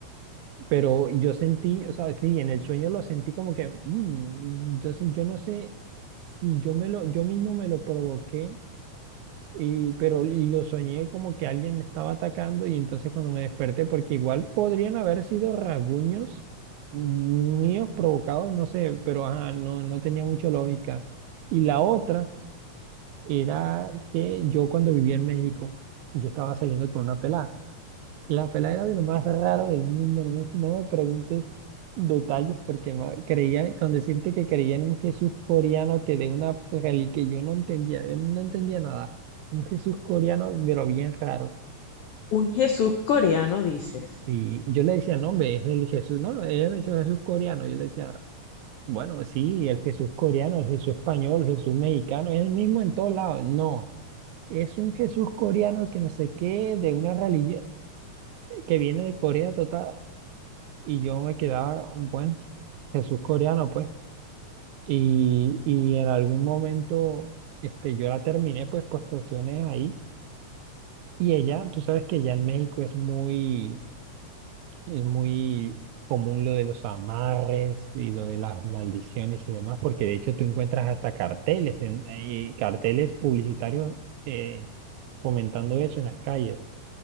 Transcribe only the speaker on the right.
pero yo sentí, o sea, sí, en el sueño lo sentí como que, mm, entonces yo no sé si yo me lo, yo mismo me lo provoqué, y, pero y lo soñé como que alguien me estaba atacando y entonces cuando me desperté, porque igual podrían haber sido rasguños míos provocados, no sé, pero ajá, no, no tenía mucha lógica. Y la otra era que yo cuando vivía en México, yo estaba saliendo con una pelada. La pelada era de lo más raro del mundo, no me, no me preguntes detalles porque ma- creía, con decirte que creía en un Jesús coreano que de una religión que yo no entendía, yo no entendía nada. Un Jesús coreano, pero bien raro.
Sí, yo le decía, no, hombre, es el Jesús. No, ella me decía Jesús coreano. Yo le decía, bueno, sí, el Jesús coreano, el Jesús español, el Jesús mexicano, es el mismo en todos lados. No. Es un Jesús coreano que no sé qué, de una religión que viene de Corea total. Y yo me quedaba un buen Jesús coreano, pues. Y, y en algún momento este, yo la terminé, pues, por cuestiones ahí. Y ella, tú sabes que ya en México es muy, es muy común lo de los amarres y lo de las maldiciones y demás, porque de hecho tú encuentras hasta carteles, en, eh, carteles publicitarios eh, comentando eso en las calles.